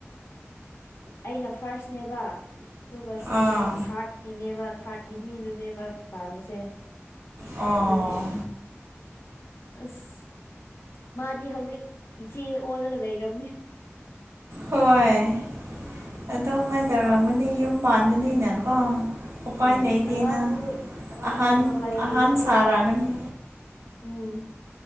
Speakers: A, on the left; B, on the right.
A: ꯑꯩꯅ ꯐꯥꯔꯁꯅꯦꯕ ꯑꯗꯨꯒ ꯁꯦꯀꯦꯟ
B: ꯑꯥ
A: ꯊꯥꯔꯠꯀꯤꯅꯦꯕ ꯊꯥꯔꯠꯀꯤ ꯃꯤꯗꯨꯅꯦꯕ ꯄꯥꯝꯕꯁꯦ
B: ꯑꯥ
A: ꯑꯗꯨꯒꯤ ꯑꯁ ꯃꯥꯗꯤ ꯍꯧꯖꯤꯛ ꯏꯆꯦ ꯑꯣꯜꯂꯒ ꯂꯩꯔꯕꯅꯤ
B: ꯍꯣꯏ ꯑꯗꯨ ꯀꯃꯥꯏꯅ ꯇꯧꯔꯝꯒꯅꯤ ꯌꯨꯝ ꯄꯥꯟꯕꯅꯤꯅꯀꯣ ꯎꯄꯥꯏ
A: ꯎꯝ
B: ꯂꯩꯇꯦꯅ
A: ꯑꯉꯥꯡꯁꯨ
B: ꯑꯍꯥꯟ
A: ꯉꯟꯅ ꯂꯩꯕꯅꯤꯅ
B: ꯑꯍꯥꯟ ꯁꯥꯔꯛꯑꯒꯅꯤ
A: ꯎꯝ